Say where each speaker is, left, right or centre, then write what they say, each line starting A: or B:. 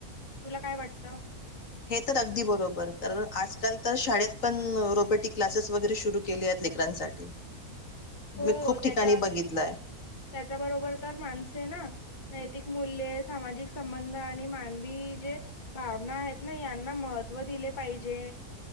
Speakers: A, on the left (about 35°); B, on the left (about 60°).
A: तुला काय वाटतं?
B: हे तर अगदी बरोबर कारण आजकाल तर शाळेत पण रोबोटिक क्लासेस वगैरे सुरू केले आहेत लेकरांसाठी!
A: हो
B: मी खूप
A: त्याच्या
B: ठिकाणी बघितलंय
A: त्याच्या बरोबर तर माणसे ना नैतिक मूल्य सामाजिक- संबंध आणि मानवी जे भावना आहेत ना यांना महत्त्व दिले पाहिजे